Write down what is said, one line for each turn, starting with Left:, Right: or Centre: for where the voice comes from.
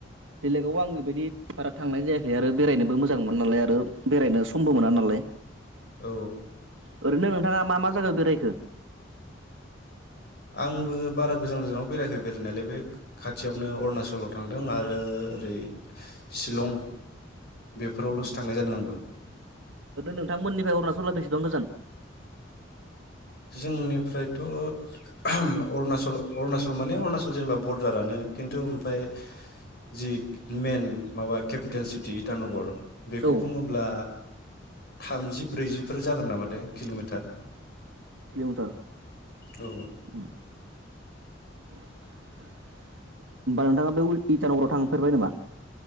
Right: बेलेगाव आं बेबायदि बारा थांनाय जायाखै आरो बेरायनोबो मोजां मोन नालाय आरो बेरायनो समबो मोना नालाय।
Left: औ।
Right: ओरैनो नोंथाङा मा मा जायगायाव बेरायखो?
Left: आंबो बारा गोजान गोजानाव बेरायाखै बेरायनायालाय बे खाथियावनो अरुणाचलाव थांदों आरो ओरै शिलं। बेफोरावल'सो
Right: ओ
Left: थांनाय जादों आंबो
Right: नोंथांमोननिफ्राय अरुणचला बे सेबां गोजोन?
Left: जोंनिफ्रायथ' अरुणचल अरुणचल माने अरुणाचल जेनेबा बरदारानो खिन्थु ओमफ्राय जि मइेन माबा केपिटेल सिटि इटानगर। बेखौ
Right: औ
Left: बुङोब्ला। थामजि ब्रैजिफोर जागोन नामा। किल'मिटार।
Right: किल'मिटार।
Left: औ
Right: होमबा नोंथाङा बे उटानगराव थांफेरबाय नामा?